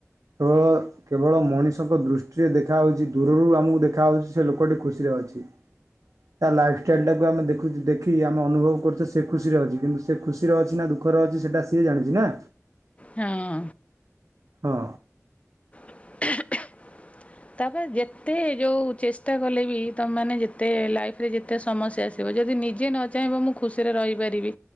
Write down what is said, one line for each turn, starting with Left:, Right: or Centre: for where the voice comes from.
Right: ହଁ। କେବଳ ମଣିଷଙ୍କ ଦୃଷ୍ଟିରେ ଦେଖାହେଉଛି ଦୂରରୁ ଆମକୁ ଦେଖାହେଉଛି ସେ ଲୋକଟି ଖୁସିରେ ଅଛି। ତା ଲାଇଫଷ୍ଟାଇଲ୍ ଟାକୁ ଆମେ ଦେଖୁଛେ ଦେଖିମେ ଅନୁଭବ କରୁଛେ ସେ ଖୁସିରେ ଅଛି କିନ୍ତୁ ସେ ଖୁସିର ଅଛି ନା ଦୁଃଖର ଅଛି ସେଟା ସିଏ ଜାଣିଛି ନା?
Left: ହଁ।
Right: ହଁ।
Left: <unintelligible> ତାପରେ ଯେତେ ଯୋଉ ଚେଷ୍ଟା କଲେ ବି ତମମାନେ ଯେତେ ଲାଇଫରେ ଯେତେ ସମସ୍ୟା ସେ ଯଦି ନିଜେ ନ ଚାହିଁବ ମୁଁ ଖୁସିରେ ରହିପାରିବି।